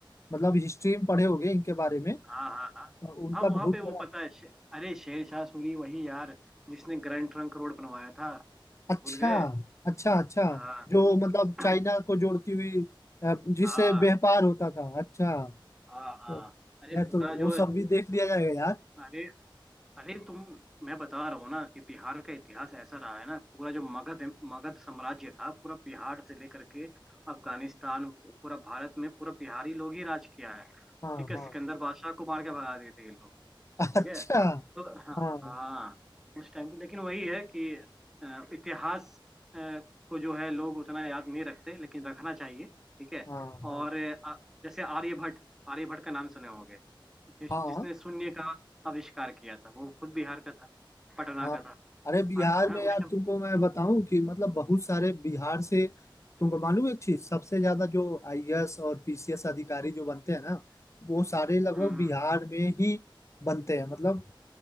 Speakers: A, on the left (about 35°); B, in the centre.
A: मतलब हिस्ट्री में पढ़े होंगे इनके बारे में
B: हाँ हाँ
A: तो
B: हाँ
A: उनका
B: हाँ वहाँ
A: बहुत
B: पे वो
A: बड़ा
B: पता है शे- अरे शेर शाह सूरी वही यार जिसने ग्रैंड ट्रंक रोड बनवाया था
A: अच्छा
B: भूल गए
A: अच्छा अच्छा
B: हाँ
A: जो मतलब
B: <clears throat>
A: चाइना को जोड़ती हुई अ, जिससे
B: हाँ
A: व्यापार होता था अच्छा
B: हाँ हाँ
A: तो
B: अरे
A: यार
B: पूरा
A: तो
B: जो
A: वो सब भी देख लिया जाएगा यार
B: अरे अरे तुम मैं बता रहा हूँ ना कि बिहार का इतिहास ऐसा रहा है ना पूरा जो मगध मगध साम्राज्य था पूरा बिहार से लेकर के अफगानिस्तान पूरा भारत में पूरा बिहारी लोग ही राज किया है
A: हाँ
B: ठीक है
A: हाँ
B: सिकंदर बादशाह को मार के भगा दिए थे ये लोग ठीक
A: <laughs> अच्छा
B: है तो हाँ
A: हाँ
B: हाँ उस टाइम की लेकिन वही है कि अ, इतिहास अ, को जो है लोग उतना याद नहीं रखते लेकिन रखना चाहिए ठीक है
A: हाँ हाँ
B: और अ, जैसे आर्यभट्ट आर्यभट्ट का नाम सुने होंगे जिस,
A: हाँ
B: जिसने शून्य का आविष्कार किया था वो खुद बिहार का था पटना
A: हाँ
B: का था
A: अरे बिहार
B: आठ- हाँ
A: में
B: उस
A: यार
B: टाइम
A: तुमको मैं बताऊं कि मतलब बहुत सारे बिहार से तुमको मालूम एक चीज सबसे ज्यादा जो आईएएस और पीसीएस अधिकारी जो बनते हैं ना वो सारे लगभग
B: हम्म हम्म।
A: बिहार में ही बनते हैं मतलब